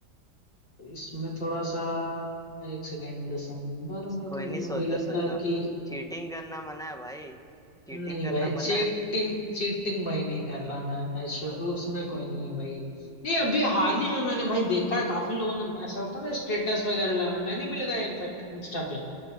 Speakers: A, on the left; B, in the centre.
A: तो इसमें थोड़ा सा एक सेकेंड दिसंबर में तो
B: कोई
A: मेरे
B: नहीं
A: को
B: सोचो
A: नहीं लगता
B: सोचो
A: कि
B: चीटिंग करना मना है भाई चीटिंग
A: नहीं
B: करना
A: भाई चीटिंग
B: मना है
A: चीटिंग भाई नहीं कर रहा मैं ऐसा- उसमें कोई नहीं है भाई नहीं अभी हाल ही में मैंने भाई देखा है काफी लोगों ने ऐसा होता है ना स्टेटस वगैरह लगाना मैंने भी लगाया इनफैक्ट इंस्टा पे